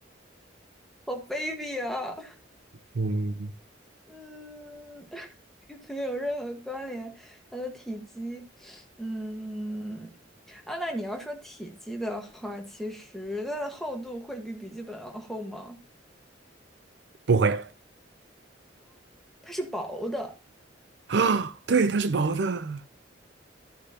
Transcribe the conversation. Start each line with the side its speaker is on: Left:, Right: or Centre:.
Centre: 好卑鄙啊！
Right: 嗯，
Centre: 嗯，<laughs> 没有任何关联。它的体积，嗯，啊，那你要说体积的话，其实它的厚度会比笔记本要厚吗？
Right: 不会
Centre: 它是薄的，
Right: 啊，<gasps> 对，它是薄的，